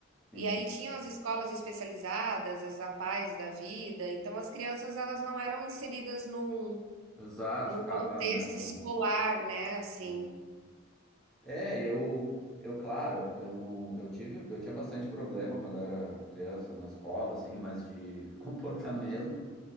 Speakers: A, in the centre; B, on the right.
A: sim.
B: E aí tinham as escolas especializadas, as APAES da vida. Então as crianças elas não eram inseridas num,
A: Exato,
B: num
A: ficava,
B: contexto
A: né? no-
B: escolar, né? Assim.
A: sim. É, eu, eu, claro, eu não, eu tive, eu tinha bastante problema quando eu era criança na escola, assim, mas de <laughs> comportamento.